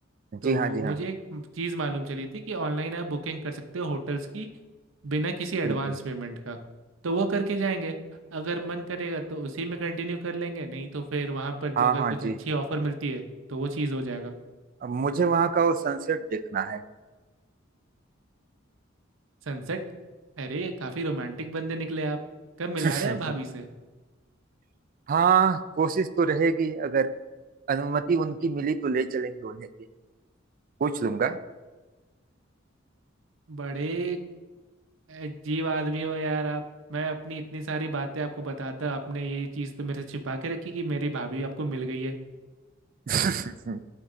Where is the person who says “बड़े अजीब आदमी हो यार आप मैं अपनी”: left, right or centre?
Right